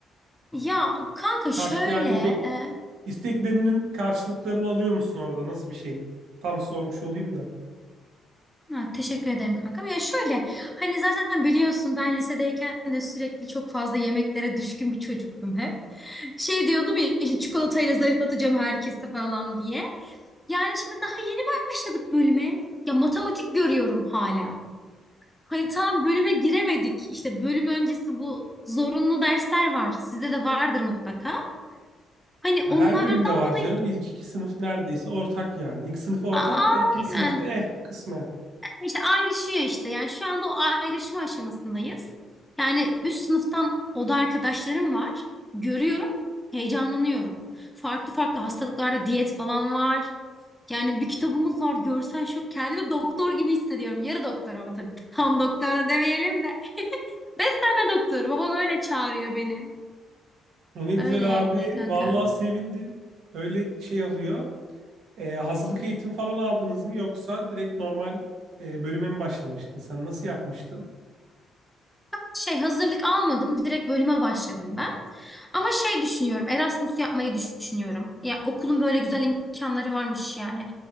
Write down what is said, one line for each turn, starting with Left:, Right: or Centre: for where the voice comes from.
Centre: Ya kanka şöyle
Right: Karşı, yani bek
Centre: e,
Right: İsteklerinin karşılıklarını alıyor musun orada? Nasıl bir şey? Tam sormuş olayım da.
Centre: Ha, teşekkür ederim kankam. Ya şöyle hani zaten biliyorsun ben lisedeyken de sürekli çok fazla yemeklere düşkün bir çocuktum hep. Şey diyordum ya işte çikolatayla zayıflatacağım herkese falan diye. Yani şimdi daha yeni başladık bölüme. Ya matematik görüyorum hala. Hani tam bölüme giremedik. İşte bölüm öncesi bu zorunlu dersler var. Sizde de vardır mutlaka. Hani onlardan
Right: Ya her bölümde var
Centre: dolayı
Right: canım. İlk iki sınıf neredeyse ortak yani. İlk sınıf ortak
Centre: aa,
Right: da ikinci
Centre: aynen
Right: sınıfta eh kısmen.
Centre: İşte ayrışıyor işte. Yani şu anda o ayrışma aşamasındayız. Yani üst sınıftan oda arkadaşlarım var. Görüyorum, heyecanlanıyorum. Farklı farklı hastalıklarda diyet falan var. Yani bir kitabımız var, görsel şok. Kendimi doktor gibi hissediyorum. Yarı doktor ama tabii tam doktora demeyelim de. <laughs> Beslenme doktoru. Babam öyle çağırıyor beni.
Right: E Ne güzel
Centre: Öyle
Right: abi.
Centre: yani kanka.
Right: Vallahi sevindim. Öyle şey oluyor. E, hazırlık eğitim falan aldınız mı yoksa direkt normal e, bölüme mi başlamıştın? Sen nasıl yapmıştın?
Centre: şey hazırlık almadım. Direkt bölüme başladım ben. Ama şey düşünüyorum. Erasmus yapmayı düşünüyorum. Ya okulun böyle güzel imkanları varmış yani.